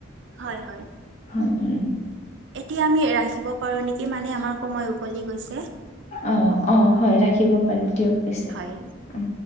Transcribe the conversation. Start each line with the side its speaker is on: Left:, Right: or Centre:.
Right: হয় হয়
Left: হয় উ
Right: এতিয়া আমি ৰাখিব পাৰো নেকি মানে আমাৰ সময় উকলি গৈছে
Left: অ অ হয় ৰাখিব পাৰো দিয়ক পিছে
Right: হয়
Left: উ